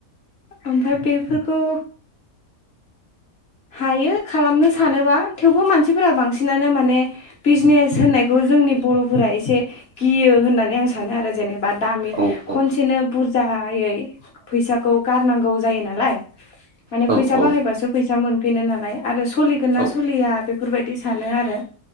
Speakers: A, on the left; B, on the right.
A: ओमफाय बेफोरखौ हायो खालामनो सानोबा, थेवबो मानसिफोरा बांसिनानो माने बिजनेस होननायखौ जोंनि बर'फोरा एसे गियो होननानै आं सानो आरो जेनेबा। दामि
B: औ
A: खनसेनो
B: औ
A: बुर जाहायै फैसाखौ गारनांगौ जायो नालाय माने
B: औ
A: फैसा
B: औ
A: बाहायबासो फैसा मोन फिनो नालाय आरो सलिगोन ना
B: औ
A: सलिया बेफोरबायदि सानो आरो